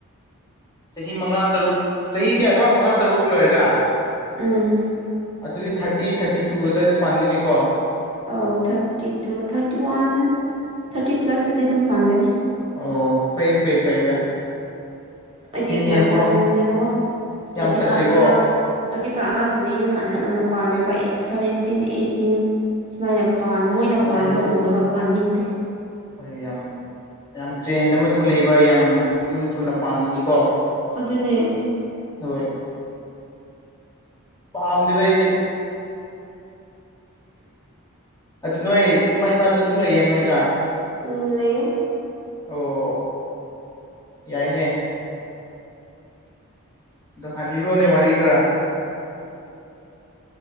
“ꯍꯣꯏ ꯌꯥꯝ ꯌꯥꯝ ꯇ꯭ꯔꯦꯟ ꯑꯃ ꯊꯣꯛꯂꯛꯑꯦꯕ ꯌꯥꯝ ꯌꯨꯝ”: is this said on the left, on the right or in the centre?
Left